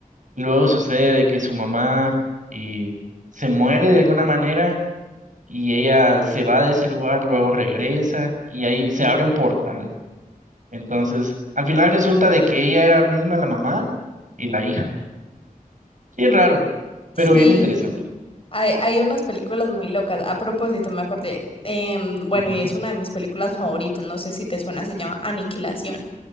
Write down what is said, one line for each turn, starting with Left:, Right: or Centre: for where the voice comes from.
Right: Luego sucede de que su mamá eh, se muere de alguna manera y ella se va de ese lugar, luego regresa y ahí se abre un portal. Entonces, al final resulta de que ella era misma la mamá y la hija. Bien raro, pero
Left: Sí,
Right: bien interesante.
Left: hay, hay unas películas muy locas. A propósito, me acordé, em, bueno,
Right: Ujú.
Left: y es una de mis películas favoritas, no sé si te suena, se llama Aniquilación.